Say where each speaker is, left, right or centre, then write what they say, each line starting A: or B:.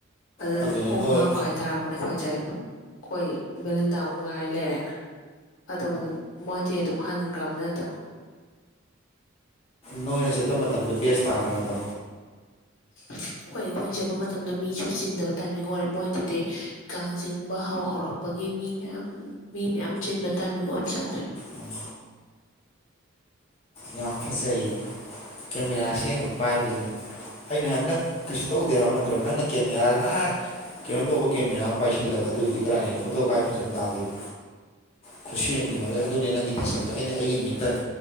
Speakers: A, on the left; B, on the left.
A: ꯑꯗꯨ
B: ꯑꯗꯨꯅꯦ
A: ꯄꯨꯡ
B: ꯅꯣꯏ
A: ꯃꯉꯥ ꯃꯈꯥꯏ ꯇꯥꯔꯝꯕꯅꯤ ꯑꯩ ꯈꯣꯏꯖꯩ ꯑꯩꯈꯣꯏ ꯕꯗꯤꯟꯗ ꯑꯃꯨꯛ ꯉꯥꯏꯔ ꯂꯩꯔꯦ ꯑꯣꯝ ꯃꯣꯏꯗꯤ ꯑꯗꯨꯝ ꯍꯟꯈ꯭ꯔꯕꯅꯤꯅ ꯑꯗꯨ
B: ꯅꯣꯏꯅ ꯆꯠꯄ ꯃꯇꯝꯗꯣ ꯕꯦꯁ ꯇꯥꯗ꯭ꯔꯗꯣ
A: <inaudible> ꯍꯣꯏ ꯑꯩꯈꯣꯏꯅ ꯆꯠꯄ ꯃꯇꯝꯗ ꯃꯤꯁꯨ ꯆꯤꯟꯗꯕ ꯇꯥꯏꯃꯤꯡ ꯑꯣꯏꯔꯦ ꯃꯣꯏꯗꯨꯗꯤ ꯀꯥꯡ ꯆꯤꯡꯕ ꯍꯧ ꯍꯧꯔꯛꯄ ꯄꯒꯤ ꯃꯤ ꯃꯌꯥꯝ ꯃꯤ ꯃꯌꯥꯝ ꯆꯤꯟꯕ ꯇꯥꯏꯃꯤꯡ ꯑꯣꯏ ꯆꯥꯠꯗ꯭ꯔꯦ
B: ꯎꯝ <inaudible> ꯌꯥꯝ ꯐꯖꯩꯌꯦ ꯀꯦꯃꯦꯔꯥ ꯁꯦꯡꯕ ꯄꯥꯏꯕꯕꯁꯤꯅ ꯑꯩꯅ ꯍꯥꯏ ꯅꯪ ꯀꯩꯁꯨ ꯇꯧꯗꯦ ꯍꯥꯏꯕ ꯅꯠꯇ꯭ꯔꯣ ꯅꯪꯅ ꯀꯦꯃꯦꯔꯥꯗꯅ ꯀꯩꯅꯣ ꯇꯧꯕ ꯀꯦꯃꯦꯔꯥ ꯑꯃ ꯄꯥꯏꯁꯤꯜꯂꯒ ꯑꯗꯨꯑꯣꯏꯗꯤ ꯀꯗꯥꯥꯏꯅꯤ ꯐꯣꯇꯣ ꯀꯥꯏ ꯐꯖꯅ ꯇꯥꯗꯦꯅꯣ ꯈꯨꯠꯁꯦꯝꯗꯤ
A: ꯎꯝ
B: ꯃ ꯑꯗꯨꯅꯦ ꯅꯪꯒꯤ ꯄꯦꯁꯛꯇꯣ ꯑꯩꯅ ꯑꯩꯒꯤ ꯃꯤꯇꯟ